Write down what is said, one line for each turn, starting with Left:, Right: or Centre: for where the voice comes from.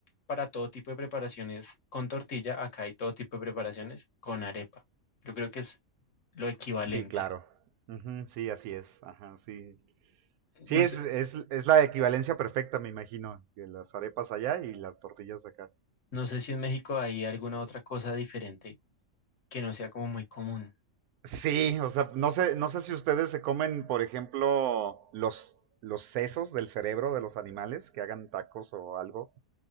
Left: para todo tipo de preparaciones con tortilla, acá hay todo tipo de preparaciones con arepa. Yo creo que es lo equivalente.
Right: Sí, claro. Ujú, sí, así es. Ajá, sí. Sí,
Left: No
Right: es,
Left: sé,
Right: es, es la equivalencia perfecta, me imagino, que las arepas allá y las tortillas acá.
Left: no sé si en México hay alguna otra cosa diferente. que no sea como muy común.
Right: Sí, o sea, no sé, no sé si ustedes se comen, por ejemplo, los, los sesos del cerebro de los animales que hagan tacos o algo.